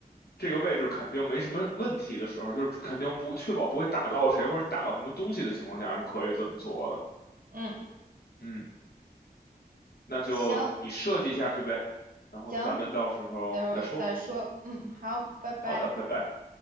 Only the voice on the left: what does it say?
这个位置肯定没什么问题的时候，就是肯定不确保不会打到谁或者打到什么东西的情况下是可以这么做的。
嗯，那就你设计一下去呗，
然后咱们到时候再说。
好的，拜拜。